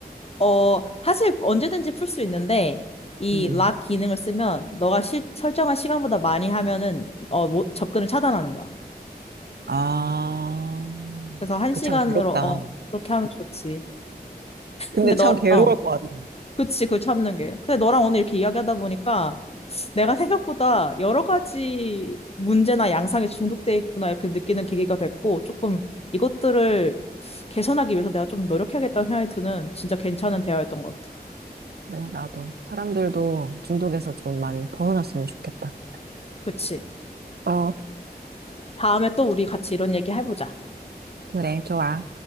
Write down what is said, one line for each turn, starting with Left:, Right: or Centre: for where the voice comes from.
Left: 어, 사실 언제든지 풀 수 있는데, 이
Right: 음.
Left: 락 기능을 쓰면 너가 시, 설정한 시간보다 많이 하면은 어, 뭐, 접근을 차단하는 거야.
Right: 아,
Left: 그래서 한
Right: 그
Left: 시간으로
Right: 참 괴롭다.
Left: 어, 그렇게 하면 좋지.
Right: 근데
Left: 근데 너,
Right: 참 괴로울
Left: 어,
Right: 것 같아.
Left: 그치, 그 참는 게. 근데 너랑 오늘 이렇게 이야기하다 보니까 내가 생각보다 여러 가지 문제나 양상에 중독돼 있구나 이렇게 느끼는 계기가 됐고 조금 이것들을 개선하기 위해서 내가 좀 노력해야겠다는 생각이 드는 진짜 괜찮은 대화였던 것 같아.
Right: 그래, 나도. 사람들도 중독에서 좀 많이 벗어났으면 좋겠다.
Left: 그치.
Right: 어,
Left: 다음에 또 우리 같이 이런 얘기 해보자.
Right: 그래, 좋아.